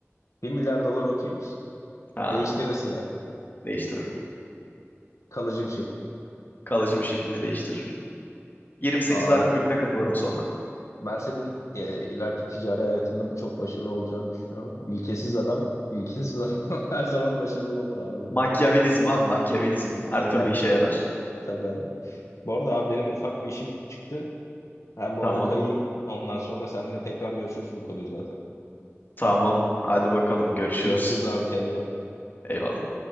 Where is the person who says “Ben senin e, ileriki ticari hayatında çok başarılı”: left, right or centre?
Left